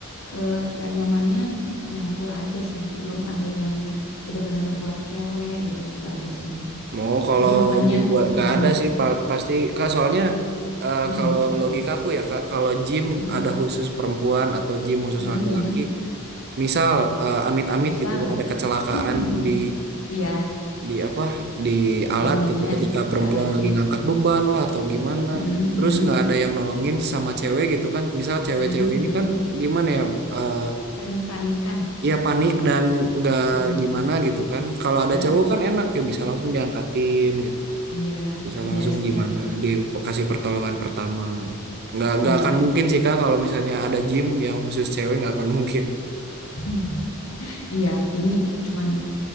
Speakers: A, on the left (about 65°); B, on the right (about 50°).
A: eh, Gak nyamannya nyampur aja sih. Belum ada yang benar-benar buat cewek gitu. Itu aja sih.
B: Mau kalau
A: Jadi makanya
B: gym buat nggak
A: mm-mm,
B: ada sih pa- pasti kak soalnya eh,
A: mm-mm,
B: kalau logika aku ya kak kalau gym
A: mm-mm,
B: ada khusus perempuan atau gym khusus
A: mm-mm,
B: laki-laki
A: mm-mm.
B: misal eh, amit-amit
A: Misal
B: gitu ya, ada kecelakaan
A: <laughs>
B: di
A: iya
B: di apa di
A: di
B: alat
A: ininya,
B: gitu ketika perempuan
A: di alatnya.
B: lagi ngangkat beban lah atau gimana
A: Mm-mm, mm-mm,
B: terus nggak ada yang nolongin sama cewek gitu kan misal cewek-cewek
A: mm-mm, mm-mm.
B: ini kan gimana ya eh,
A: Sering panikan.
B: ya panik dan nggak
A: Mm-mm,
B: gimana gitu kan kalau ada
A: mm-mm.
B: cowok kan enak ya bisa langsung diangkatin gitu
A: Iya,
B: bisa
A: iya
B: langsung
A: sih.
B: gimana dikasih pertolongan pertama nggak nggak
A: Iya.
B: akan mungkin sih kak kalau misalnya ada gym yang khusus cewek nggak akan mungkin
A: <laughs> Iya, ini cuman